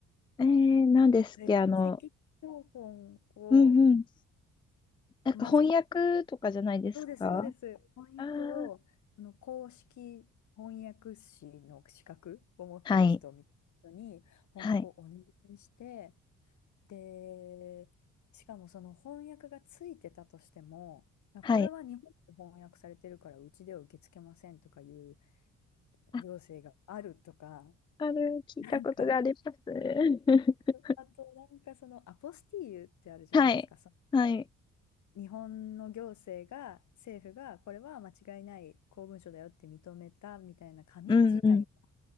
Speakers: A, on the left; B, on the left.
A: えー、なんですっけ、
B: で戸籍謄本を
A: あの、うんうん。なんか翻訳とかじゃないですか
B: まずそうです、そうです。翻訳を、
A: ああー、
B: あの公式翻訳士の資格を持ってる人みたいな人に翻訳をお願いして、
A: はい、はい、
B: で、しかもその翻訳がついてたとしても、まあこれは日本で翻訳されてるからうちでは受け付けませんとかいう
A: はい。あ、
B: 行政があるとか、
A: ある、聞いたことがあります。
B: なんか、
A: <laughs>
B: あとなんかそのアポスティーユってあるじゃないですか。
A: はい、はい、
B: 日本の行政が、政府が、これは間違いない公文書だよって認めたみたいな紙自体が、
A: うんうん。